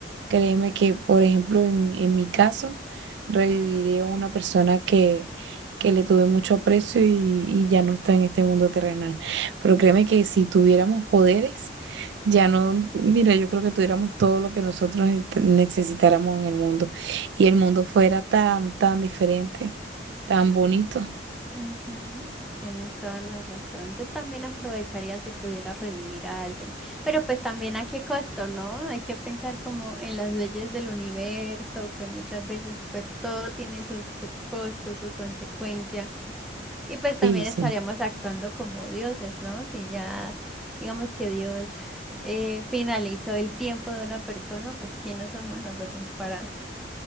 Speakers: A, on the right (about 70°); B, in the centre.
A: créeme que, por ejemplo, en, en mi caso, reviviría a una persona que, que le tuve mucho aprecio y, y ya no está en este mundo terrenal. Pero créeme que si tuviéramos poderes, ya no, mira, yo creo que tuviéramos todo lo que nosotros necesit- necesitáramos en el mundo y el mundo fuera tan, tan diferente, tan bonito.
B: Ujú, Tienes toda la razón. Yo también aprovecharía si pudiera revivir a alguien, pero pues también a qué costo, ¿no? Hay que pensar como en las leyes del universo, que muchas veces pues todo tiene su, su costo, su consecuencia. Y pues también
A: Sí, sí,
B: estaríamos actuando como dioses, ¿no? Si ya, digamos que Dios <laughs> eh, finalizó el tiempo de una persona, pues ¿quiénes somos nosotros para,